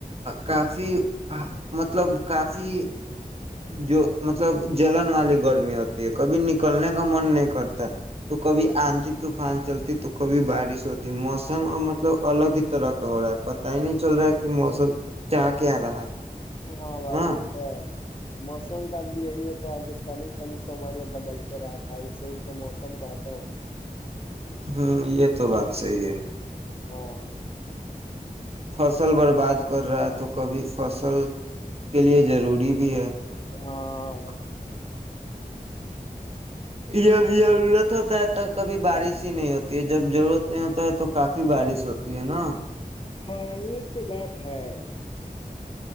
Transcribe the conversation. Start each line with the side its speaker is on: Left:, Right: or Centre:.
Right: کافی مطلب کافی جو مطلب جلن والی گرمی ہوتی ہے کبھی نکلنے کا من نہیں کرتا تو کبھی آندھی طوفان چلتی تو کبھی بارش ہوتی موسم ا مطلب الگ ہی طرح کا ہو رہا ہے پت ہی نہیں چل رہا ہے کہ موسم چا کیا رہا
Left: ہاں بھائی
Right: نا ہ
Left: یہ تو ہے موسم خ بھی ای ہوتا ہے آج کری پریاج ب چل کر رہتا اسسے ہی تو موسم کہتے ہیں
Right: ہوں یہ تو بات صحی ہے
Left: ہاں
Right: فصل برباد کر رہا ہے تو کبھی فصل کے لیے ضروری بھی ہے
Left: ہاں
Right: خ یہب ضرورت ہوتا ہے تو کبھی بارش نہیں ہوتی ہے جب ضرورت نہیں ہوتا ہے تو کافی بارش ستی ہے نا
Left: ہاں یہ تو بات ہے